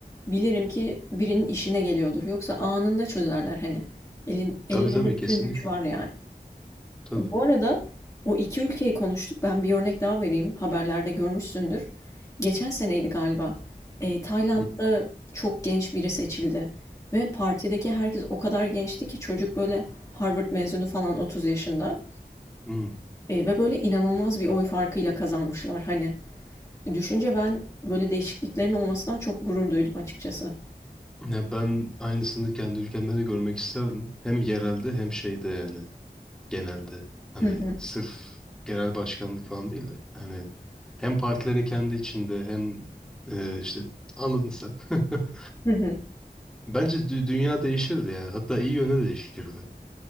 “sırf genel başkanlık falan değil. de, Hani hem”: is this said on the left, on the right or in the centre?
Centre